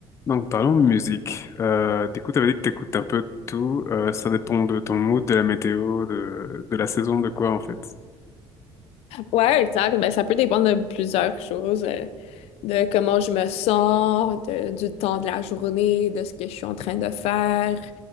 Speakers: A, on the left (about 30°); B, on the left (about 80°).
A: Donc parlons musique. Euh, du coup, t'avais dit que t'écoutes un peu de tout. Euh, ça dépend de ton mood, de la météo, de, de la saison, de quoi en fait.
B: Ouais, exact. Ben, ça peut dépendre de plusieurs choses, euh, de comment je me sens, de- du temps de la journée, de ce que je suis en train de faire.